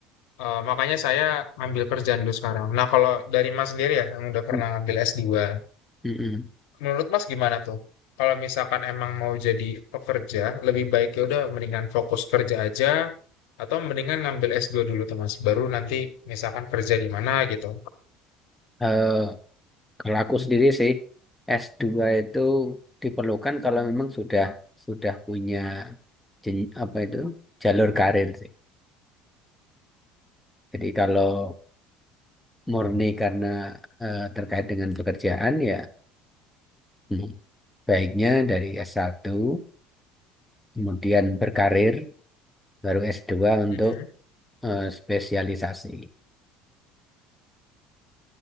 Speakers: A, on the left; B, in the centre.
A: eh, makanya saya ambil kerjaan dulu sekarang. Nah, kalau dari Mas sendiri ya yang udah pernah
B: mm,
A: ambil s dua,
B: mm-mm.
A: menurut Mas gimana tuh? Kalau misalkan emang mau jadi pekerja, lebih baik ya udah mendingan fokus kerja aja atau mendingan ngambil s dua dulu tuh Mas, baru nanti misalkan kerja di mana gitu.
B: Eh, kalau aku sendiri sih S2 itu diperlukan kalau memang sudah sudah punya jen- apa itu jalur karir sih. Jadi kalau murni karena eh, terkait dengan pekerjaan ya hmm, baiknya dari S1 kemudian berkarir baru S2 untuk
A: Mhm.
B: eh, spesialisasi.